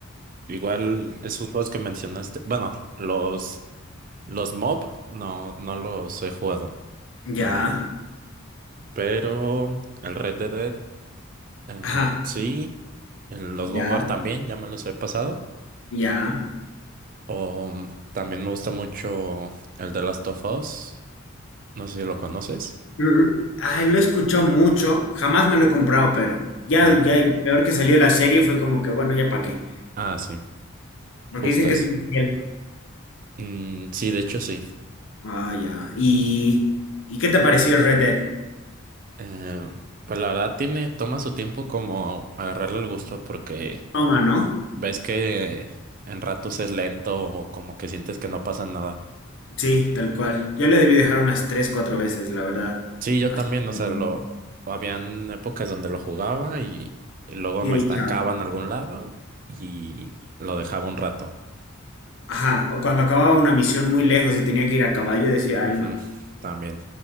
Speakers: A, on the right; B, on the left.
A: igual esos juegos que mencionaste. Bueno, los, los MOB no, no los he jugado.
B: Ya,
A: El- pero el Red Dead Em,
B: ajá,
A: sí, el- los
B: ya,
A: God of War también, ya me los he pasado.
B: ya.
A: O mm, también me gusta mucho el de Last of Us. No sé si lo conoces.
B: Mm, Ay, lo escuchó mucho, jamás me lo he comprado, pero ya,
A: Ah,
B: ya, y peor que salió la serie fue como que, bueno, ya para qué.
A: ah, sí,
B: Porque
A: justo
B: dicen que
A: es.
B: es muy fiel.
A: Mm, sí, de hecho sí.
B: Ah, ya. ¿Y, y qué te pareció el Red Dead?
A: Em, pues la verdad tiene, toma su tiempo como agarrarle el gusto porque
B: Toma, ¿no?
A: ves que en ratos es lento o como que sientes que no pasa nada.
B: Sí, tal cual. Yo le debí dejar unas tres, cuatro veces, la verdad.
A: Sí, yo
B: Hasta
A: también, o
B: que-
A: sea, lo habían épocas donde lo jugaba y luego
B: Y
A: me
B: de ahí,
A: estancaba
B: chao.
A: en algún lado y lo dejaba un rato.
B: Ajá, o cuando acababa una misión muy lejos y tenía que ir a caballo, decía,
A: Ujú,
B: ay, no.
A: También.